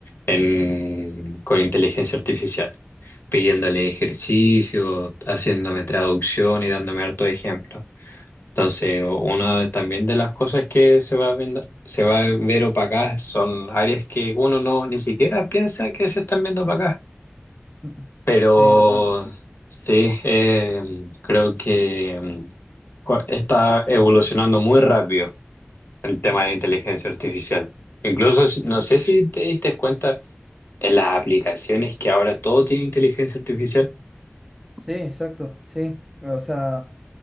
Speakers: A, on the left; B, in the centre.
A: en- con inteligencia artificial, pidiéndole ejercicio, haciéndome traducción y dándome harto ejemplo. Entonces, o- una de- también de las cosas que se va a vend- se va a ver opacadas son áreas que uno no ni siquiera piensa que se están viendo opacadas.
B: Mm,
A: Pero
B: sí, totalmente.
A: sí, eh, creo que cu- está evolucionando muy rápido el tema
B: Mm,
A: de la inteligencia artificial. Incluso, si-
B: sí.
A: no sé si te diste cuenta en las aplicaciones que ahora todo tiene inteligencia artificial.
B: Sí, exacto, sí. O sea,